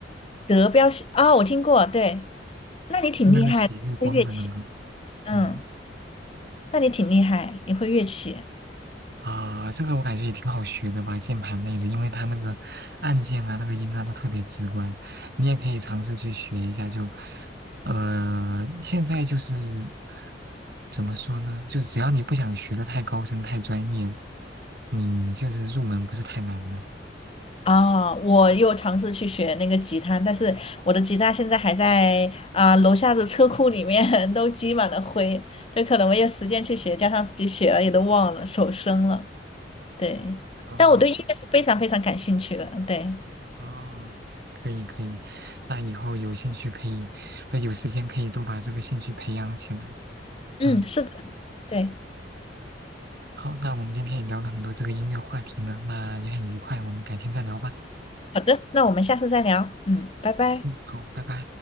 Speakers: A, on the left; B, on the right.
A: 德彪西啊，我听过。对，那你挺厉害的会乐器。
B: 就那个写月光的那个。
A: 嗯，
B: 嗯。
A: 那你挺厉害，你会乐器。
B: 啊，这个我感觉也挺好学的吧，键盘类的，因为它那个按键啊、那个音啊都特别直观，你也可以尝试去学一下就。呃，现在就是怎么说呢？就只要你不想学的太高深、太专业，你就是入门不是太难的。
A: 啊，我又尝试去学那个吉他，但是我的吉他现在还在啊、楼下的车库里面 <laughs> 都积满了灰，这可能没有时间去学，加上自己写了也都忘了，手生了。对，
B: 哦
A: 但我对音乐是非常非常感兴趣的。对，
B: 哦，可以可以，那以后有兴趣可以，不有时间可以多把这个兴趣培养起来。
A: 嗯，
B: 嗯。
A: 是的，对，
B: 好，那我们今天也聊了很多这个音乐话题呢，那也很愉快，我们改天再聊吧。
A: 好的，那我们下次再聊。嗯，拜拜。
B: 嗯，好，拜拜。